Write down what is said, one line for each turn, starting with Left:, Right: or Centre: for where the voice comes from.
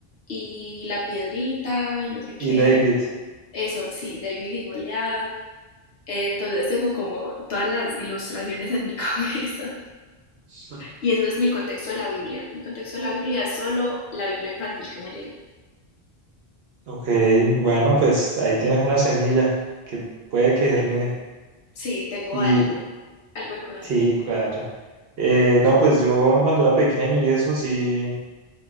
Left: y la piedrita y no sé qué.
Right: Y David.
Left: Eso, sí, David y Goliat. Entonces tengo como todas las ilustraciones en mi <laughs> cabeza.
Right: <laughs>
Left: Y eso es mi contexto de la Biblia. Mi contexto de la Biblia es solo la Biblia infantil que me leí.
Right: Ok, bueno, pues ahí tienes una semilla que puede que germine.
Left: Sí, tengo
Right: Y
Left: algo, algo de conocimiento.
Right: sí, claro. Eh, no, pues yo cuando era pequeño y eso sí,